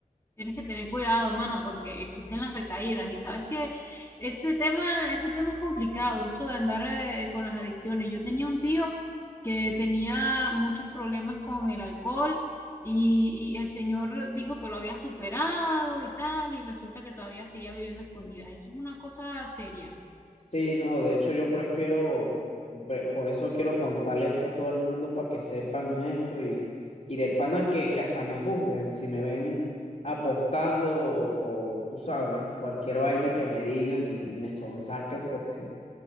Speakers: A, on the left (about 20°); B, on the left (about 60°).
A: Tienes que tener cuidado, mano, porque existen las recaídas y sabes que ese tema, ese tema es complicado, eso de andar eh, con las adicciones. Yo tenía un tío que tenía muchos problemas con el alcohol y, y el señor dijo que lo había superado y tal, y resulta que todavía seguía bebiendo a escondidas. Eso es una cosa seria.
B: Sí, no, de hecho yo prefiero, pre- por eso quiero contarle esto a todo el mundo para que sepan esto y, y de pana que, que hasta me juzguen si me ven apostando o, o, tú sabes, cualquier vaina que me digan y, y me sonsaquen porque